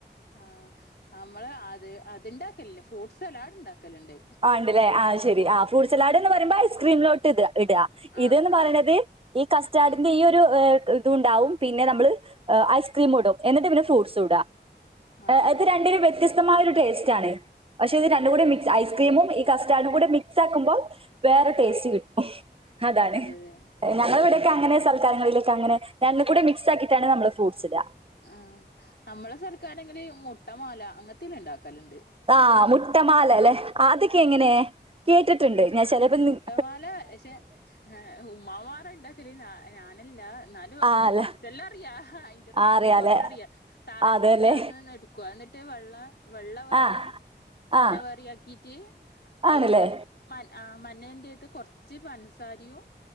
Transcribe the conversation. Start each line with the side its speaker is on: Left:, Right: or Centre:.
Left: ആഹ് നമ്മള് അത് അത്ണ്ടാക്കലില്ല ഫ്രൂട്ട്സ് സലാഡ് ഇണ്ടാക്കലുണ്ട്
Right: ആഹ് ഇണ്ടല്ലേ ആഹ് അത് ശരി ആഹ് ഫ്രൂട്ട് സലാഡ്ന്ന് പറയ്മ്പോ ഐസ്ക്രീമിലോട്ട് ഇടാ ഇടാ
Left: ആഹ്
Right: ഇതെന്ന് പറയണത്
Left: ആഹ്
Right: ഈ കസ്റ്റാഡിന്റെ
Left: ആഹ്
Right: ഈ ഒരു ഇഹ് ഇത് ഉണ്ടാവും പിന്നെ നമ്മള് ഐസ്ക്രീമും ഇടും എന്നിട്ട് പിന്നെ ഫ്രൂട്ട്സു ഇട് ആ
Left: ആഹ്
Right: എ
Left: ആഹ് ആഹ്
Right: ഇത് രണ്ടിനും വ്യത്യസ്തമായ ഒരു ടേസ്റ്റ് ആണ്. പക്ഷെ ഇത്
Left: അതെ
Right: രണ്ടും കൂടി
Left: അതെ
Right: മിക്സ് ഐസ് ക്രീമും ഈ കസ്റ്റാർഡും കൂടെ മിക്സാക്കുമ്പം വേറെ ടേസ്റ്റ്
Left: ആഹ്
Right: കിട്ടും അതാണ്
Left: അതെ അതെ ആഹ്
Right: ഞങ്ങള ഇവിടേക്കെ അങ്ങനെ സ്ഥല് കാര്യങ്ങളിലൊക്കെ അങ്ങനെ രണ്ടും കൂടെ മിക്സ് ആക്കീട്ടാണ് നമ്മള് ഫ്രൂഡ്സ് ഇടാ
Left: ആഹ് നമ്മള സൽക്കാരങ്കില് മുട്ട മാല അങ്ങനത്തെല്ലാ ഉണ്ടാക്കലുണ്ട്
Right: ആഹ് മുട്ടമാല അല്ലെ ആഹ് അതൊക്കെ എങ്ങനെ കേട്ടിട്ടുണ്ട്
Left: മുട്ട
Right: ഞാൻ ചെലപ്പോ നിങ്
Left: മുട്ടമാല പക്ഷെ ഉമ്മാമാര ഉണ്ടാക്കല് ഞാ ഞാനല്ല എന്നാലും
Right: ആ
Left: അ
Right: അല്ല
Left: കൊറച്ചെല്ലാം അറിയാ അഹ അയ്ന് ന്റെ റെസിപ്പി
Right: ആ അറിയാലേ
Left: കൊറച്ചറിയാം താറാവ്
Right: ആ, അതെല്ലേ
Left: മുട്ടയാണന്ന് എടുക്കുവ എന്നിട്ട് വെള്ള വെള്ള വേറയു
Right: ആ
Left: മഞ്ഞ
Right: ആ
Left: വേറയു ആക്കീറ്റ് അയ്
Right: ആണല്ലേ
Left: ഇത് മൻ ആഹ് മഞ്ഞേൻ്റെ അകത്ത് കൊറച്ച് പഞ്ചസാര് യും